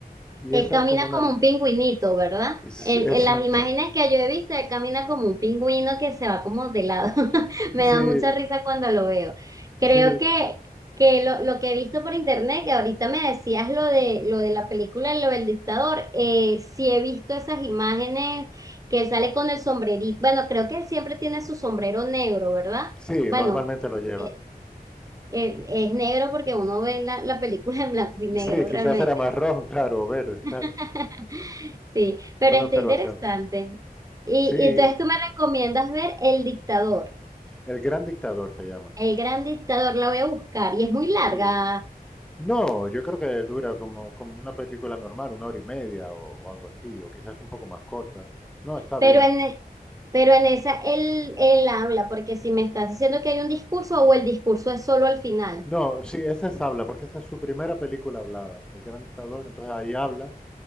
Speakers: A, in the centre; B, on the right.
A: Y
B: Él
A: esa
B: camina
A: es como una,
B: como un pingüinito, ¿verdad?
A: Es-
B: En,
A: Exacto.
B: en las imágenes que yo he visto, él camina como un pingüino que se va como de lado. <laughs> Me
A: Sí,
B: da mucha risa cuando lo veo. Creo
A: sí,
B: que, que lo, lo que he visto por internet, que ahorita me decías lo de, lo de la película, lo del dictador, eh, sí he visto esas imágenes que él sale con el sombrerito. Bueno, creo que él siempre tiene su sombrero negro, ¿verdad?
A: sí,
B: Bueno,
A: normalmente lo lleva.
B: eh, eh, es negro porque uno ve la, la película en blanco y
A: Y
B: negro
A: Sí, quizás
B: realmente
A: era marrón, claro, o verde, claro.
B: <laughs> Sí, pero
A: Buena
B: está
A: observación.
B: interesante. Y,
A: Sí,
B: y entonces tú me recomiendas ver El Dictador,
A: El Gran Dictador se llama.
B: El Gran Dictador, la voy a buscar y es muy larga,
A: Sí. No, yo creo que dura como, como una película normal, una hora y media o, o algo así, o quizás un poco más corta. No, está
B: pero
A: bien.
B: en, e, pero en esa él, él habla, porque si me estás diciendo que hay un discurso o el discurso es solo al final.
A: No, sí, esa es habla, porque esa es su primera película hablada, El Gran Dictador, entonces ahí habla